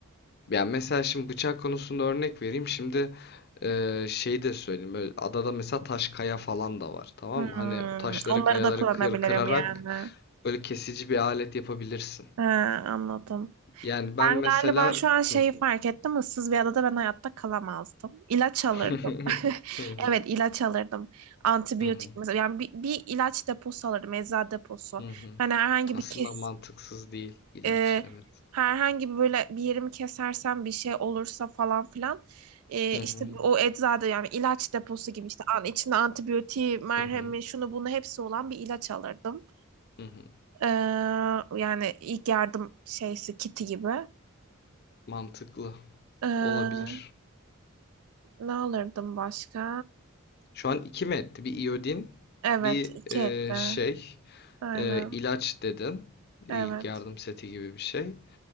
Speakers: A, on the left; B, on the right.
A: Ya mesela şimdi bıçak konusunda örnek vereyim. Şimdi eee şeyi de söyleyeyim. Böyle adada mesela taş kaya falan da var. Tamam
B: Hmm,
A: mı? Hani o taşları
B: onları
A: kayaları
B: da kullanabilirim
A: kır, kırarak
B: yani.
A: böyle kesici bir alet yapabilirsin.
B: He, anladım.
A: Yani ben
B: Ben
A: mesela
B: galiba şu an şeyi
A: Hı.
B: fark ettim. Issız bir adada ben hayatta kalamazdım. İlaç alırdım.
A: <laughs>
B: <laughs>
A: Hı hı,
B: Evet ilaç alırdım. Antibiyotik
A: hı hı,
B: mesela. Yani bir, bir ilaç deposu alırdım. Eczacı deposu.
A: hı hı.
B: Hani herhangi
A: aslında
B: bir kes
A: mantıksız değil ilaç
B: e,
A: evet.
B: herhangi bir böyle bir yerimi kesersem bir şey olursa falan filan e,
A: Hı
B: işte
A: hı,
B: o eczada yani ilaç deposu gibi işte an, içinde antibiyotiği, merhemi,
A: hı hı,
B: şunu bunu hepsi olan bir ilaç alırdım.
A: hı hı.
B: Ee, yani ilk yardım şeysi kiti gibi.
A: Mantıklı
B: Ee,
A: olabilir.
B: ne alırdım başka?
A: Şu an iki mi etti? Bir iodin,
B: Evet,
A: bir
B: iki
A: eee,
B: etti.
A: şey.
B: Aynen.
A: Ee, ilaç dedin. İlk
B: Evet.
A: yardım seti gibi bir şey.